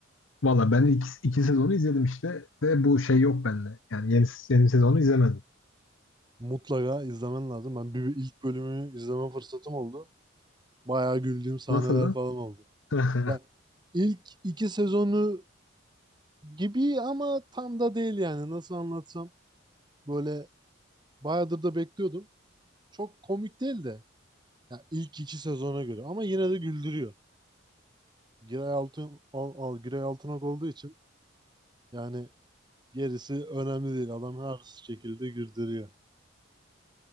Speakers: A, on the left; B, on the right.
A: Valla ben iki, iki sezonu izledim işte. De bu şey yok bende. Yani yeni, yeni sezonu izlemedim.
B: Mutlaka izlemen lazım. Ben bir ilk bölümü izleme fırsatım oldu. Bayağı güldüğüm sahneler
A: Nasıldı?
B: falan oldu.
A: <laughs>
B: Ya ilk iki sezonu gibi ama tam da değil yani. Nasıl anlatsam böyle bayağıdır da bekliyordum. çok komik değil de ya ilk iki sezona göre ama yine de güldürüyor. Giray Altın al, al Giray Altınok olduğu için yani gerisi önemli değil. Adam her şekilde güldürüyor.